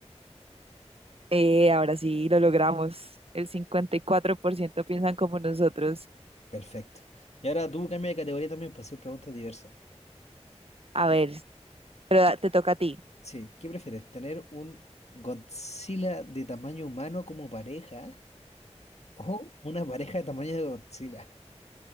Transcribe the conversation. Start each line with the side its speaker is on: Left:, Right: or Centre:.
Right: Eh, ahora sí lo logramos. El 54% piensan como nosotros.
Left: Perfecto. Y ahora tú cambia de categoría también para hacer preguntas diversas.
Right: A
Left: Ya.
Right: ver, pero da-
Left: ¿Qué-
Right: te toca a ti.
Left: sí, ¿qué prefieres? ¿Tener un Godzilla de tamaño humano como pareja o una pareja de tamaño de Godzilla?